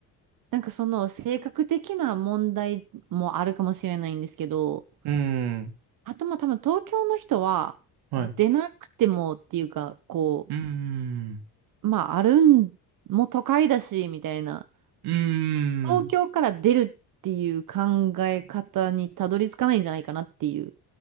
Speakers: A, on the right; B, on the right.
A: なんかその性格的な問題もあるかもしれないんですけど、
B: うーん、
A: あとまあ多分東京の人は出なくてもっていうか、
B: はい。
A: こ
B: うーん。
A: う、まああるん、もう都会だし、みたいな。
B: うーん。
A: 東京から出るっていう考え方にたどり着かないんじゃないかなっていう。